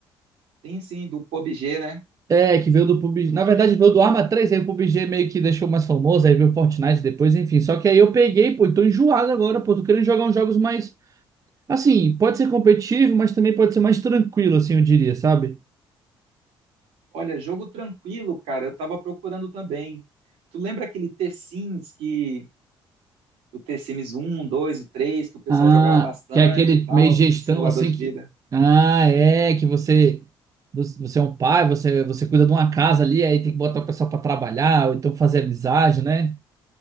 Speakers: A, on the right; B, on the right.
A: Tem sim, do PUBG, né?
B: É, que veio do PUBG. Na verdade, veio do Arma três aí o PUBG meio que deixou mais famoso, aí veio o Fortnite depois, enfim. Só que aí eu peguei, pô, e tô enjoado agora, pô, tô querendo jogar uns jogos mais Assim, pode ser competitivo, mas também pode ser mais tranquilo, assim, eu diria, sabe?
A: Olha, jogo tranquilo, cara. Eu tava procurando também. Tu lembra aquele T-Sims que... O T-Sims 1, 2, o 3 que o pessoal
B: Ah,
A: jogava bastante
B: que é aquele
A: e tal,
B: meio gestão
A: de simulador
B: assim
A: de
B: que.
A: vida.
B: Ah, é, que você. Você é um pai, você, você cuida de uma casa ali, aí tem que botar o pessoal pra trabalhar, ou então fazer amizade, né?